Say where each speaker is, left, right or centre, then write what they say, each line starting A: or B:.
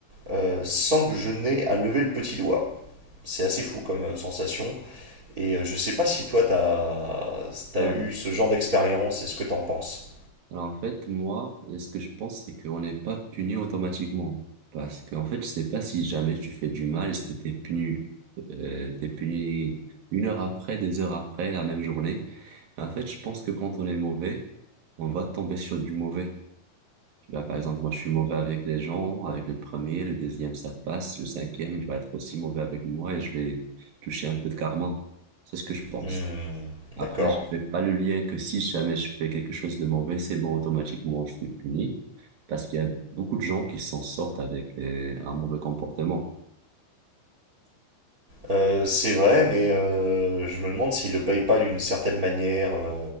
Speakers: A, on the right; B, on the right.
A: euh, sans que je n'aie à lever le petit doigt. C'est assez fou comme euh, sensation, et euh, je sais pas si toi t'as t'as
B: Alors,
A: eu ce genre d'expérience, et ce que t'en penses.
B: alors en fait, moi, ce que je pense, c'est qu'on n'est pas puni automatiquement. Parce qu'en fait, je sais pas si jamais tu fais du mal, est-ce que t'es puni, euh, t'es puni une heure après, deux heures après, la même journée. En fait, je pense que quand on est mauvais, on va tomber sur du mauvais. Tu vois, par exemple, moi, je suis mauvais avec les gens, avec le premier, le deuxième, ça passe, le cinquième, il va être aussi mauvais avec moi et je vais toucher un peu de karma. C'est ce que je pense.
A: Hmm,
B: Après,
A: D'accord.
B: je fais pas le lien que si jamais je fais quelque chose de mauvais, c'est bon, automatiquement, je suis puni. Parce qu'il y a beaucoup de gens qui s'en sortent avec euh, un mauvais comportement.
A: Euh, c'est vrai, mais euh, je me demande s'il le paye pas d'une certaine manière, euh,